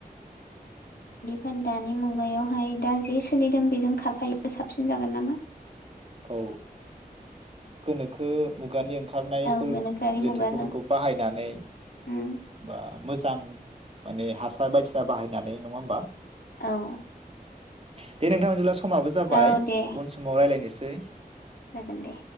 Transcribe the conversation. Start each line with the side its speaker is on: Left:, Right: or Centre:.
Left: होन दानि मुगायावहाय दा जि सोलिदों बेजों खारफायो साबसिन जागोन नामा
Right: औ गोनोखो मुगानि ओंखा थारनायफोर
Left: औ गोनोखोआरि
Right: जेथिखोफोरखौ
Left: मुगाजों
Right: बाहायनानै
Left: उम
Right: बा मोजां माने हासार बायदिसिना बाहायनानै नङा होमबा
Left: औ
Right: दे नोंथां <unintelligible> खमाबो जाबाय
Left: औ दे
Right: उन समाव रायलायनोसै दै
Left: जागोन दे